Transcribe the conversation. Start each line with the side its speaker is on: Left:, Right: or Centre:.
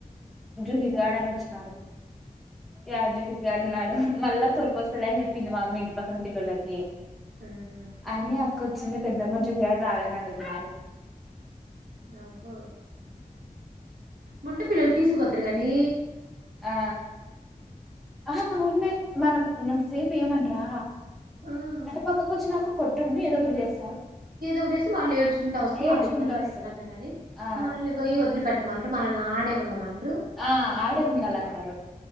Centre: జుహీద్ గార్డెన్ వచ్చినాను యజుహత్గాడు నాడు మళ్ళా తణుకు వస్తా లని చెప్పింది మామ్మ ఇంటి పక్కన పిల్లలకి
Right: ఆహా
Centre: అని వచ్చింది పెద్దమ్మ జుహయార్ రాలని అడుగుతున్నారు
Right: అవు ముంట పిల్లు తీసు పత్రక నీ
Centre: ఆ ఆ ఉమె మనం ఉన్నత సేపు ఏయమంటరా
Right: ఆ
Centre: అటు పక్క కూర్చున్నక కొట్టడము ఏదో ఒకటి చేస్తా
Right: ఏదో ఒకటేసి వాళ్ళు ఏడ్చుకుంటా వస్తు
Centre: ఏడ్చుకుంటూ
Right: వాళ్ళు ఇన్నారు
Centre: వస్తారు
Right: ఇన్నారురని
Centre: ఆ
Right: మనల్ని గయి వదిలిపెట్ట అంటూ మన నా ఆడే ఉండమంట
Centre: ఆ
Right: మనం
Centre: ఆడే ఉండాలంటారు
Right: పిచ్చు పట్టు